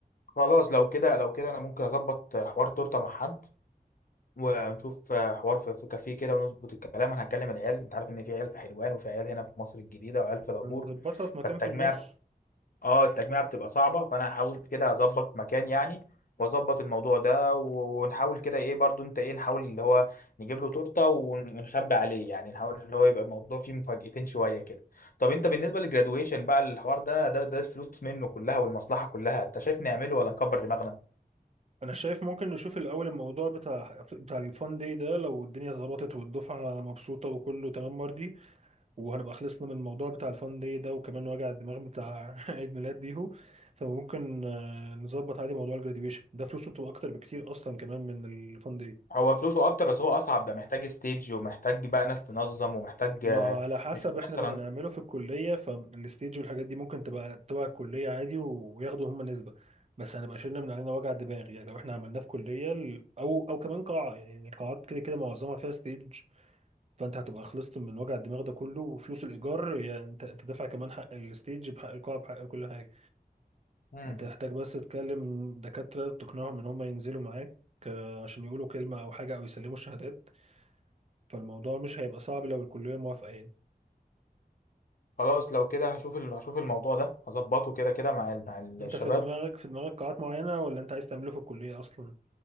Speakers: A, on the left; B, on the right.
A: خلاص لو كده لو كده انا ممكن اظبط حوار تورته مع حد ونشوف حوار في في كافيه كده ونظبط الكلام انا هكلم العيال انت عارف ان في عيال في حلوان وفي عيال هنا في مصر الجديده وعيال في العبور
B: هنظبطها في مكان
A: فالتجميع
B: في النص
A: اه التجميعة بتبقى صعبة فانا هحاول كده اظبط مكان يعني واظبط الموضوع ده و- ونحاول كده ايه برضو انت ايه نحاول اللي هو نجيب له تورتة ون- ونخبي عليه يعني نحاول ان هو يبقى الموضوع فيه مفاجأتين شوية كده طب انت بالنسبة للجرادويشن بقى الحوار ده ده ده الفلوس منه كلها والمصلحة كلها انت شايف نعمله ولا نكبر دماغنا
B: انا شايف ممكن نشوف الاول الموضوع بتاع بتاع الفان داي ده لو الدنيا ظبطت والدفعه مبسوطه وكله تمام مرضي وهنبقى خلصنا من الموضوع بتاع الفان داي ده وكمان وجع الدماغ بتاع <laughs> عيد ميلاد بيهو فممكن آه، نظبط عادي موضوع الجراديويشن ده فلوسه بتبقى اكتر بكتير اصلا كمان من الفان داي
A: هو فلوسه اكتر بس هو اصعب ده محتاج ستيج ومحتاج بقى ناس تنظم ومحتاج
B: ما
A: آه،
B: هو على حسب
A: نشوف
B: احنا
A: مثلا
B: لو هنعمله في الكلية فالستيج والحاجات دي ممكن تبقى تبع الكلية عادي وياخدوا هم نسبة بس هنبقى شلنا من علينا وجع دماغ يعني لو احنا عملناه في كلية ال- او او كمان قاعة يعني القاعات كده كده معظمها فيها ستيج فانت هتبقى خلصت من وجع الدماغ ده كله وفلوس الايجار يعني انت انت دافع كمان حق الستيج بحق القاعة بحق كل حاجة
A: مم.
B: هتحتاج بس تكلم دكاترة تقنعهم ان هم ينزلوا معاك آه، عشان يقولوا كلمة او حاجة او يسلموا الشهادات فالموضوع مش هيبقى صعب لو الكلية موافقة يعني
A: خلاص لو كده هشوف ال- هشوف الموضوع ده هظبطه كده كده مع ال- مع الشباب
B: انت في دماغك في دماغك قاعات معينة ولا انت عايز تعمله في الكلية اصلا